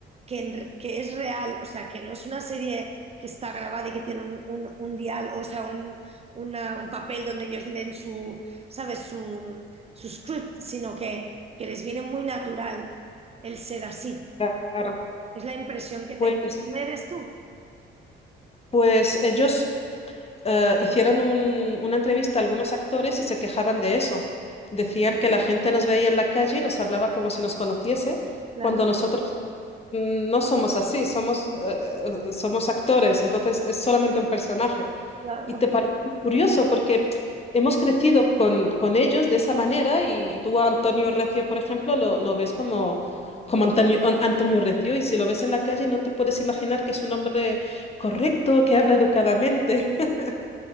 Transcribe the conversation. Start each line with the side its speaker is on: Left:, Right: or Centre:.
Right: que, en- re- que es real, o sea, que no es una serie que está grabada y que tiene un, un, un dial, o sea, un, una- un papel donde ellos leen su, ¿sabes? Su, su script, sino que, que les viene muy natural el ser así.
Left: Claro.
Right: Es la impresión que tengo.
Left: Pues,
Right: ¿Dónde eres tú?
Left: pues ellos eh, hicieron un- una entrevista a algunos actores y se quejaban de eso. Decían que la gente nos veía en la calle y nos hablaba como si nos conociese,
Right: Claro,
Left: cuando nosotros mm, no somos así, somos, eh, eh, somos actores, entonces es solamente un personaje.
Right: claro.
Left: Y te parece curioso porque hemos crecido con, con ellos de esa manera y, tú a Antonio Recio, por ejemplo, lo, lo ves como, como Antonio, An- Antonio Recio y si lo ves en la calle no te puedes imaginar que es un hombre correcto, que habla educadamente. <laughs>